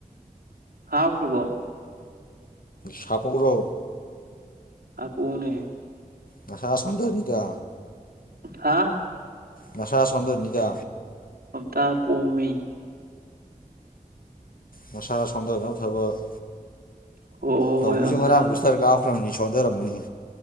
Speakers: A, on the right; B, on the left.
A: ꯍꯥꯎ ꯍꯕ
B: ꯁꯥꯄ꯭ꯔꯣ
A: ꯍꯥ ꯄꯨꯨꯡꯅꯦ
B: ꯉꯁꯁꯟꯗꯣꯏꯅꯤ ꯀ
A: ꯍꯥꯥ
B: ꯅꯁꯥ ꯁꯟꯗꯅꯤꯗ
A: ꯍꯝꯇꯥ ꯄꯣꯝꯃꯤ
B: ꯃꯁꯥ ꯁꯣꯟꯊꯅꯕ ꯊꯕꯛ
A: ꯍꯣꯏ ꯍꯣꯏ
B: ꯅꯥꯎꯕꯤꯁꯨ
A: ꯍꯣꯏ ꯑꯝꯇ
B: ꯉꯔꯥꯡ ꯄꯨꯁꯇꯔ ꯀꯥꯞꯈ꯭ꯔꯕꯅꯤ ꯁꯣꯟꯊꯔꯝꯃꯅꯤ